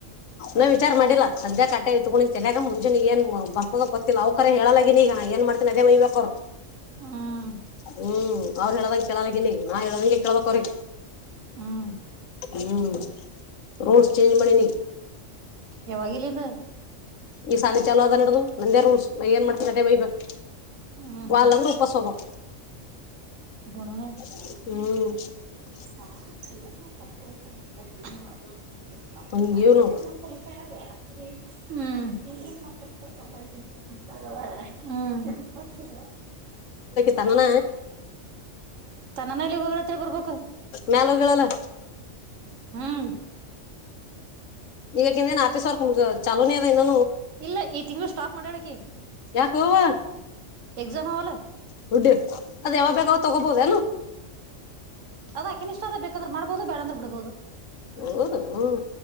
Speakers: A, on the left; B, on the right.
A: ನ- ವಿಚಾರ ಮಾಡಿಲ್ಲ ಸದ್ಯಾಕ ಆಟ ಇಟ್ಕೊಂಡಿ ಕೆಲಯಾಗ ಮುಂಚೆ ಏನ್ ಬರ್ಬೋ ಗೊತ್ತಿಲ್ಲ ಅವ್ ಕರ ಹೇಳ. ಈಗ ಏನ್ ಮಾಡ್ತೀನಿ ಅದೇ ಮಯ್ಬೇಕ ಅವರು-
B: ಹ್ಮ್
A: ಹ್ಮ್- ಅವ್ರ್ ಹೇಳದ ಕೇಳದಗನಿ ನಾ ಹೇಳದಗೆ ಕಳ್ಬ್ರಿ
B: ಹ್ಮ್
A: ಹ್ಮ್- ರೋಡ್ಸ್ ಚೇಂಜ್ ಮಾಡಿ -ನೀ
B: ಯಾವಾಗ ಇಲ್ಲಿಂದ
A: ಈ -ಸಾಲ ಚಾವ ಅದ ಅದದು ನಂದೇ ರೂಲ್ಸ್ ನ -ಏನ್ ಮಾಡ್ತೀ ಅದೇ ಮಯ್ಬೇಕು
B: ಹ್ಮ್
A: ವಳ್ಳದ ಉೂಪ ಸೋಭಂ
B: ಗುಣಾನ
A: ಹ್ಮ್
B: ಸಾಹ -ಅ
A: ಹಂಗ
B: -ಕತ
A: ಇವ್ನು
B: -ಅ- ಹ್ಮ್ ಹ್ಮ್
A: ಕಣಣ
B: ತನ್ನಂದಲಿ ಗೂಗಳು ಎತ್ತ ಪೊಬೇಕಕ್ಕು
A: ಮ್ಯಾಲಗಳಲ್ಲ.
B: ಹ್ಮ್
A: ಈಗಕ -ನ್ -ಆಪೀಸ್ ಚಲೋ ಅದ ಇನ್ನೊ
B: ಇಲ್ಲ ಈ ತಿಂಗಳು ಸ್ಟಾಪ್ ಮಾಡಳಕಿ
A: ಯಾಕುವ
B: ಎಕ್ಸಾಮ್ ಅವಲ್ಲ
A: ಹುಡ್ಡ ಅದ ಯಾವ ಬೇಕಾವ ತಗೋಬೋದ
B: ಅದಾಕೆ ಇಷ್ಟ ಅದ ಬೇಕಂದ್ರೆ ಮಾಡಬುದು ಬೇಡಂದ್ರೆ ಬಿಡ್ಬಹುದು.
A: ಹೌದು -ಹ